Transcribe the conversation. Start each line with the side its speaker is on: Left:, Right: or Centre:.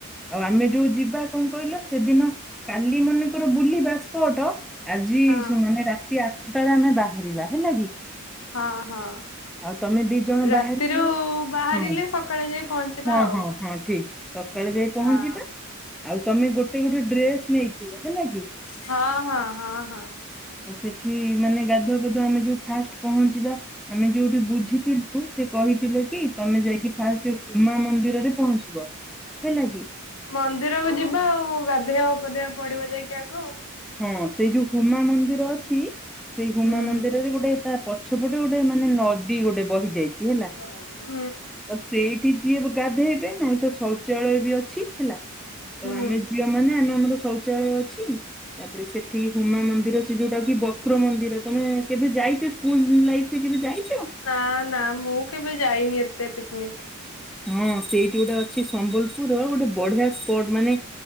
Centre: ଆଉ ଆମେ ଯୋଉ ଯିବା କଣ କହିଲ ସେଦିନ କାଲି ମନେକର ବୁଲିବା ସ୍ଟଟ ଆଜି
Left: ହଁ
Centre: ସୁଁ ମାନେ ରାତି ଆଠଟାରେ ଆମେ ବାହାରିବା ହେଲା କି?
Left: ହଁ ହଁ।
Centre: ଆଉ ତମେ ଦି ଜଣ
Left: ରାତିରୁ
Centre: ବାହାରିଥିବ
Left: ବାହାରିଲେ
Centre: ହଁ
Left: ସକାଳେ ଯାଇ ପହଞ୍ଚିବା
Centre: ହଁ
Left: ଆଉ।
Centre: ହଁ ହଁ ଠିକ ସକାଳେ ଯାଇ ପହଞ୍ଚିବା।
Left: ହଁ।
Centre: ଆଉ ତମେ ଗୋଟେ ଗୋଟେ ଡ୍ରେସ ନେଇଥିବ ହେଲା କି?
Left: ହଁ। ହଁ। ହଁ। ହଁ।
Centre: ଆଉ ସେଠି ମାନେ ଗାଧୁଆ ପାଧୁଆ ଆମେ ଯୋଉ ଫାଷ୍ଟ ପହଞ୍ଚିବା ଆମେ ଯୋଉଠୁ ବୁଝିଥିଲୁ ସେ କହିଥିଲେ କି ତମେ ଯାଇକି ଫାଷ୍ଟ ଉମା ମନ୍ଦିରରେ ପହଞ୍ଚିବ। ହେଲା କି?
Left: ମନ୍ଦିରକୁୁ ଯିବା ଆଉ ଗାଧେଆ ପାଧେଆ ପଡିବ ଯାଇକି ଆଗ।
Centre: ହଁ ସେଇ ଯୋଉ ହୁମା ମନ୍ଦିର ଅଛି ସେଇ ହୁମା
Left: ହୁଁ
Centre: ମନ୍ଦିରରେ ଗୋଟେ ତା ପଛପଟେ ଗୋଟେ ମାନେ ନଦୀ ଗୋଟେ ବହି ଯାଇଚି ହେଲା।
Left: <unintelligible>
Centre: ତ ସେଇଠି ଯିଏ ବ ଗାଧେଇବେ ନାହିଁ ତ ଶୌଚାଳୟ ବି ଅଛି ହେଲା। ତ
Left: ହୁଁ।
Centre: ଆମେ ଝିଅ ମାନେ ଆମେ ଆମର ଶୌଚାଳୟ ଅଛି। ତାପରେ ସେଠି ହୁମା ମନ୍ଦିର ସେ ଯୋଉଟା କି ବକ୍ର ମନ୍ଦିର। ତମେ କେବେ ଯାଇଚ ସ୍କୁଲ ଲାଇଫରେ କେବେ ଯାଇ
Left: ନାନ୍ ନା ମୁଁ କେବେ ଯାଇନି ଏତେ ପିକନିକ।
Centre: ହଁ ସେଇଠି ଗୋଟେ ଅଛି ସମ୍ବଲପୁର, ଗୋଟେ ବଢିଆ ସ୍ପଟ ମାନେ